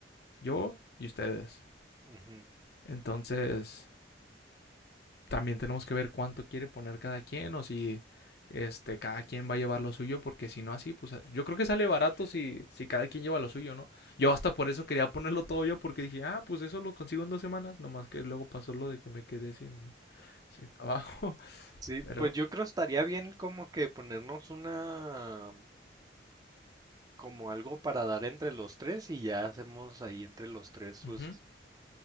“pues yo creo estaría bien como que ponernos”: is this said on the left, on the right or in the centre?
Right